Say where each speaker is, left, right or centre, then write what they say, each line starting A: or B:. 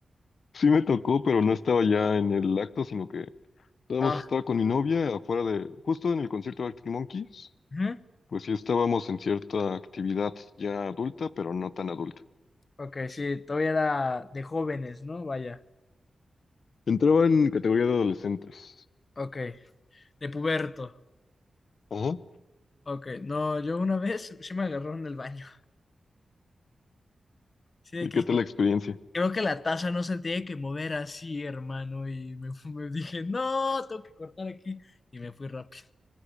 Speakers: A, on the left; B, on the left.
A: Sí me tocó, pero no estaba ya en el acto, sino que Nada
B: Ah,
A: más estaba con mi novia afuera de, justo en el concierto de Arctic Monkeys,
B: ujú.
A: pues sí estábamos en cierta actividad ya adulta, pero no tan adulta.
B: Ok, sí, todavía era de jóvenes, ¿no? Vaya.
A: Entraba en categoría de adolescentes.
B: Ok. De puberto.
A: Ajá.
B: Ok. No, yo una vez sí me agarró en el baño. Sí, de
A: ¿Y
B: que
A: qué
B: dije,
A: tal la experiencia?
B: creo que la taza no se tiene que mover así, hermano. Y me, fu- me dije, no, tengo que cortar aquí. Y me fui rápido.